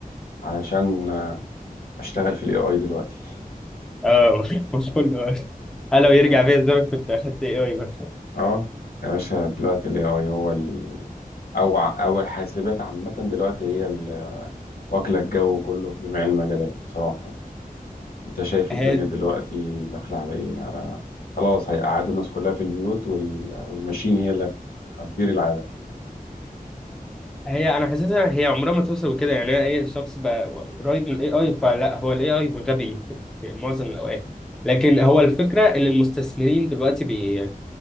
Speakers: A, on the left; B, in the centre.
A: علشان اشتغل في ال AI دلوقتي
B: اه <laughs> مش كله قال لو يرجع
A: تمام
B: بيا الزمن كنت اخدت AI بس
A: اه يا باشا دلوقتي ال AI هو ال... او او الحاسبات عامة دلوقتي هي ال- واكلة الجو كله في جميع المجالات بصراحة يعني. انت شايف
B: اه
A: الدنيا دلوقتي داخلة على ايه على خلاص هيقعدوا الناس كلها في البيوت وال... والماشين هي اللي هت- هتدير العالم كله
B: هي انا حاسسها هي عمرها ما توصل لكده يعني هي ايه الشخص بقى قريب من الاي اي فلا هو الاي اي غبي في معظم الاوقات لكن هو الفكره ان المستثمرين دلوقتي بي